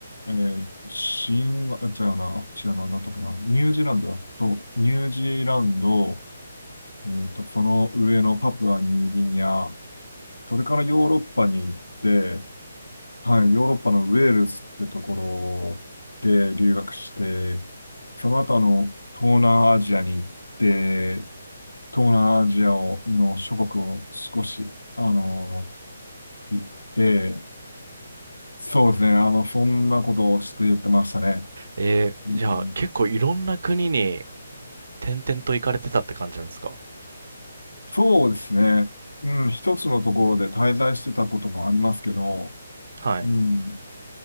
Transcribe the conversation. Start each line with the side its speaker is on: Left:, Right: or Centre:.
Left: えー、新、あ違うな、違うな、なんだったかな。ニュージーランドだ。そう、ニュージーランド、えっと、その上のパプアニューギニア、それからヨーロッパに行って、はい、ヨーロッパのウェールズってところで留学して、その後あの、東南アジアに行って、東南アジアをの諸国を少し、あの、行って、そうですね、あの、そんなことをして言ってましたね。
Right: えー、
Left: うん
Right: じゃあ結構いろんな国に転々と行かれてたって感じなんですか
Left: そうですね、うん、一つのところで滞在してたこともありますけど、
Right: はい。
Left: うん、